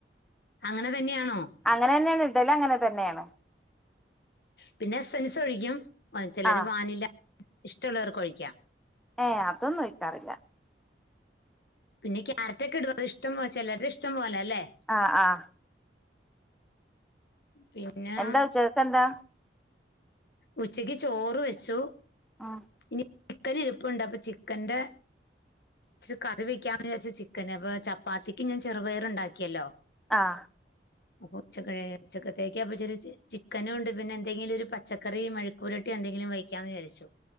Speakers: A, on the left (about 60°); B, in the centre.
A: അങ്ങനെ തന്നെയാണോ
B: അങ്ങനെ തന്നെയാണ് ടല് അങ്ങനെ തന്നെയാണ്
A: പിന്നെ എസ്സൻസ് ഒഴിക്കും ചിലര്
B: ആ
A: വാനില ഇഷ്ടമുള്ളവർക്ക് ഒഴിക്കാം
B: ഏ അതൊന്നും ഒഴിക്കാറില്ല
A: പിന്നെ ക്യാരറ്റ് ഒക്കെ എടുക്ക അത് ഇഷ്ടം പോ ചിലരുടെ ഇഷ്ടം പോലെ അല്ലേ
B: ആഹ് ആഹ്
A: പിന്നെ
B: എന്താ ഉച്ചക്കെന്താ
A: ഉച്ചക്ക് ചോറ് വെച്ചു
B: ആഹ്
A: ഇനി ചിക്കൻ ഇരുപ്പുണ്ട് അപ്പൊ ചിക്കന്റെ ഇച്ചിരി കറി വെക്കാ വിചാരിച്ച ചിക്കന് അപ്പൊ ചപ്പാത്തിക്ക് ഞാൻ ചെറുപയർ ഉണ്ടാക്കിയല്ലോ
B: ആഹ്
A: അപ്പൊ ഉച്ചക്ക ഉച്ചക്കത്തേക്ക് അപ്പച്ച ചിക്കനും ഉണ്ട് പിന്നെ എന്തെങ്കില ഒരു പ പച്ചക്കറിയും മെഴുഴക്കൂരട്ടി എന്തെങ്കിലും വയ്ക്കാന്ന് വിാരിച്ചു